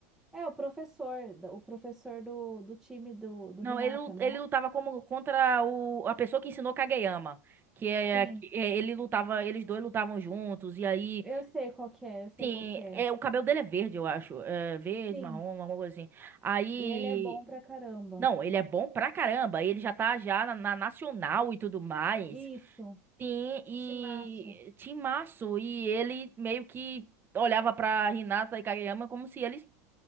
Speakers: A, in the centre; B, on the right.
A: É, o professor, o professor do, do time do, do
B: Não,
A: Renata,
B: ele, lu-
A: não
B: ele
A: é?
B: lutava como contra o, a pessoa que ensinou Kageyama, que é,
A: Sim,
B: que é- ele lutava, eles dois lutavam juntos e aí,
A: eu sei qual que é, eu sei
B: sim,
A: qual que é.
B: é o cabelo dele é verde, eu acho, é verde,
A: Sim,
B: marrom, alguma coisa assim. Aí,
A: e ele é bom pra caramba.
B: não, ele é bom pra caramba, ele já tá já na, na nacional e tudo mais.
A: Isso,
B: Sim, e
A: timaço.
B: timaço e ele meio que olhava pra Hinata e Kageyama como se eles,